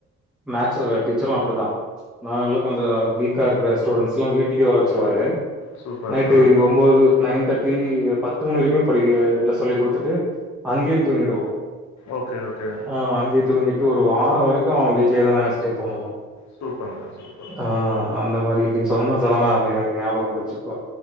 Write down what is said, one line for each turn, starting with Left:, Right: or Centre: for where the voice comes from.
Centre: மேக்சு டீச்சரு அப்டி தா நாங்க எல்லா கொஞ்ச வீக்கா இருக்குற ஸ்டுடென்ட்ஸ்ல்லா வீட்டுக்கே வர வச்சிருவாரு
Left: சூப்பர்
Centre: நைட்டு
Left: ஆ
Centre: ஒ ஒன்பது நைன் தேட்ர்டி அ பத்து மணி வரைக்கு படிக்கிறது எல்லா சொல்லி கொடுத்துட்டு அங்கயே தூங்கிடுவோ
Left: ஓகே ஓகே
Centre: ஆ அங்கே தூங்கிட்டு ஒரு வார வரைக்கு வீட்லியேதான ஸ்டே பண்ணுவோ
Left: சூப்பருங்க சூப்பர்
Centre: அ அந்த மாரி நீங்க சொன்னது சடனா அது எனக்கு ஞாபக வந்துச்சு இப்போ